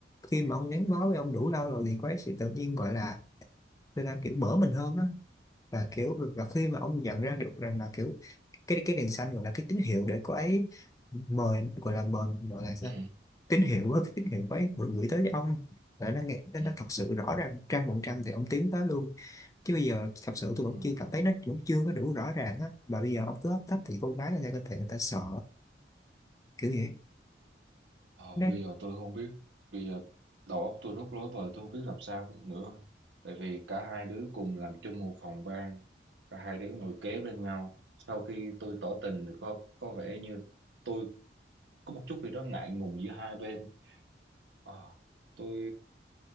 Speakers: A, on the left; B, on the right.
A: khi mà ông gắn bó với ông đủ lâu rồi thì cô ấy sẽ tự nhiên gọi là người ta kiểu mở mình hơn á và kiểu và khi mà ông nhận ra được rằng là kiểu cái cái đèn xanh gọi là cái tín hiệu để cô ấy mời gọi là mời gọi là sao
B: ừ
A: tín hiệu á cái tín hiệu cô ấy gửi, gửi tới cho ông và nó nghe nó
B: ừ
A: nó thật sự rõ ràng trăm phần trăm thì ông tiến tới luôn chứ bây giờ thật sự tôi
B: ừ
A: vẫn chưa cảm thấy nó vẫn chưa có đủ rõ ràng á mà bây giờ ông cứ hấp tấp thì con gái người ta có thể người ta sợ kiểu vậy
B: ờ,
A: nó
B: bây giờ tôi không biết bây giờ đầu óc tôi rất rối bời tôi không biết làm sao nữa tại vì cả hai đứa cùng làm chung một phòng ban cả hai đứa ngồi kế bên nhau sau khi tôi tỏ tình thì có có vẻ như tôi có một chút gì đó ngại ngùng giữa hai bên Ờ, tôi